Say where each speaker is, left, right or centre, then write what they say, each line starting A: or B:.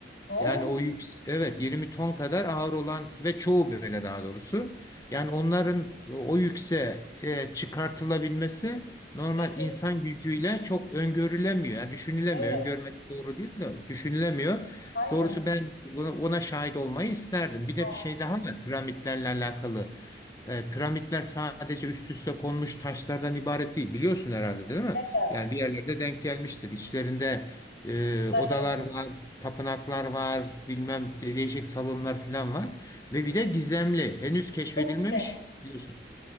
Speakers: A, on the left; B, on the left.
A: Oo,
B: Yani o yük, evet 20 ton kadar ağır olan ve çoğu böyle daha doğrusu. Yani onların o yükse e, çıkartılabilmesi normal
A: evet
B: insan gücüyle çok öngörülemiyor. Yani düşünülemiyor.
A: evet
B: Öngörmek doğru değil de düşünülemiyor.
A: aynen.
B: Doğrusu ben buna, ona şahit olmayı isterdim. Bir de
A: Aa,
B: bir şey daha var piramitlerle alakalı. E, piramitler sadece üst üste konmuş taşlardan ibaret değil. Biliyorsun herhalde değil mi?
A: mezar.
B: Yani bir yerlerde denk gelmiştir. İçlerinde e, odalar
A: mezarlar.
B: var, tapınaklar var, bilmem değişik salonlar falan var. Ve bir de gizemli, henüz keşfedilmemiş
A: Çok güzel.
B: biliyorsun,